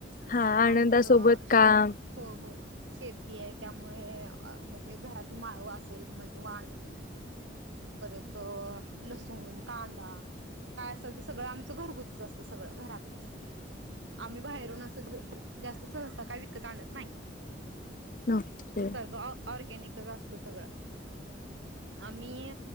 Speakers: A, on the left; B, on the right.
A: हा
B: आता
A: आनंदासोबत
B: आमचं शेत
A: काम
B: हो हो शेती आहे त्यामुळे म्हणजे घरातील माळव असेल म्हणज वांगी परत तो लसूण कांदा काय असल ते सगळं आमचं घरगुतीच असतं सगळं घरातलच आम्ही बाहेरून अस ज जास्त सहसा काय विकत आणत नाही.
A: ओके.
B: सगंर्व ऑर्गॅनिक असत सगळं आम्ही